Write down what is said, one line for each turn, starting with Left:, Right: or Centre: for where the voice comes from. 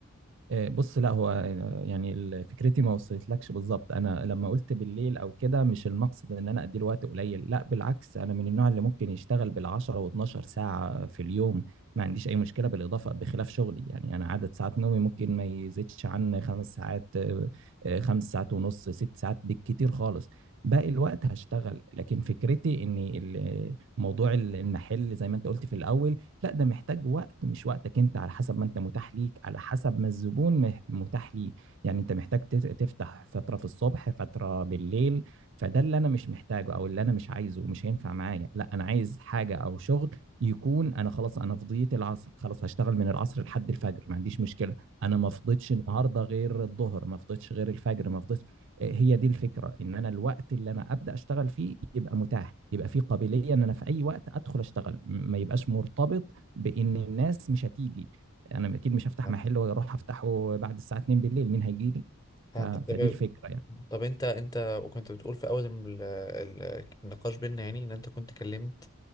Right: إيه، بص لا هو آه، يعني ال- فكرتي ما وصلتلكش بالظبط انا لما قلت بالليل او كده مش المقصد ان انا اديله وقت قليل لا بالعكس انا من النوع اللي ممكن يشتغل بال10 و12 ساعه في اليوم ما عنديش اي مشكله بالاضافه بخلاف شغلي يعني انا عدد ساعات نومي ممكن ما يزيدش عن خمس ساعات آه، آه، خمس ساعات ونص ست ساعات بالكتير خالص باقي الوقت هشتغل لكن فكرتي ان ال- موضوع المحل زي ما انت قلت في الاول لا ده محتاج وقت مش وقتك انت على حسب ما انت متاح ليك على حسب ما الزبون مح- متاح ليه يعني انت محتاج تت- تفتح فترة في الصبح فترة بالليل فده اللي انا مش محتاجه او اللي انا مش عايزه ومش هينفع معايا لا انا عايز حاجة او شغل يكون انا خلاص انا فضيت العصر خلاص هشتغل من العصر لحد الفجر ما عنديش مشكلة انا ما فضيتش النهارده غير الظهر ما فضيتش غير الفجر ما فضيتش هي دي الفكره ان انا الوقت اللي انا ابدا اشتغل فيه يبقى متاح يبقى فيه قابليه ان انا في اي وقت ادخل اشتغل م- ما يبقاش مرتبط بان الناس مش هتيجي انا اكيد مش هفتح
Left: فهمت
Right: محل واروح افتحه بعد الساعه 2 بالليل مين هيجي لي
Left: فهمتك
Right: ف... فدي
Left: تمام
Right: الفكره يعني
Left: طب انت انت وكنت بتقول في اول ال- ال- النقاش بينا يعني ان انت كنت كلمت